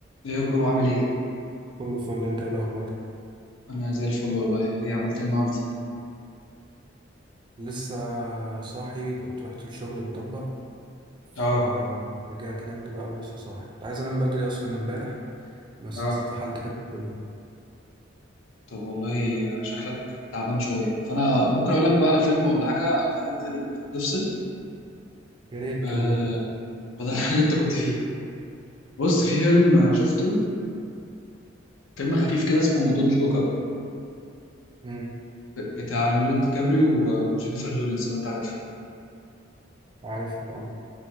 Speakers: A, on the left (about 85°); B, on the right (about 25°).
A: ايه يا برو عامل ايه؟
B: كله فل انت ايه الاخبار
A: انا زي الفل والله ايه عملت ايه النهارده؟
B: لسه صاحي كنت رحت الشغل مطبق
A: اه
B: فرجعت نمت بقى ولسه صاحي كنت عايز انام بدري اصلا امبارح بس
A: اه
B: اتسحلت كده في الفيلم
A: طب والله شكلك تعبان شوية فانا ممكن اقول لك بقى على فيلم ولا حاجة او حاجة تخليك تفصل
B: يا ريت
A: آه
B: والله
A: بدل <laughs> اللي انت كنت فيه بص في فيلم شفته فيلم خفيف كده اسمه دونت لوك اب
B: امم
A: بتاع ليوناردو دي كابريو و- وجينيفر لورنس لو انت عارفها
B: عارفهم اه